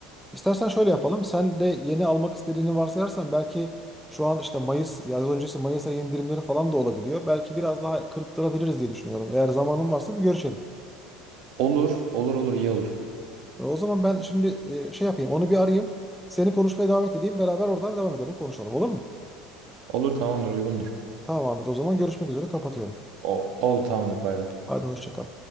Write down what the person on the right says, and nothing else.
Olur olur olur iyi olur.
Olur tamamdır uygundur.
O, oldu tamamdır bay bay.